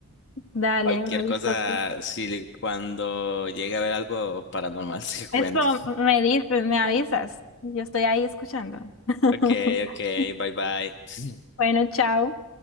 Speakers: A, on the left; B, on the left.
A: Dale,
B: Cualquier
A: me
B: cosa,
A: gustó tu historia.
B: si cuando llegue a ver algo paranormal, <laughs> se cuento.
A: Esto me dices, me avisas. Yo estoy ahí escuchando. <laughs>
B: Ok, ok, bye bye.
A: Bueno, chao.